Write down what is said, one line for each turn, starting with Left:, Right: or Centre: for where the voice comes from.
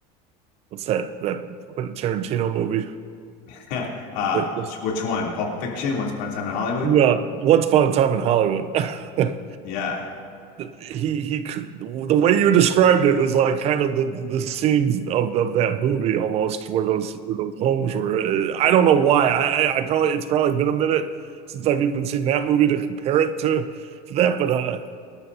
Right: what's that that Quentin Tarantino movie
Left: <laughs> uh
Right: that
Left: which,
Right: just
Left: which one Pulp Fiction Once Upon a Time in Hollywood
Right: yeah, Once Upon a Time in Hollywood. <laughs>
Left: yeah
Right: He he, the way you described it was like kind of the the scenes of of that movie almost where those where those homes were. Uh, I don't know why. I I I probably it's probably been a minute since I've even seen that movie to compare it to to that, but uh,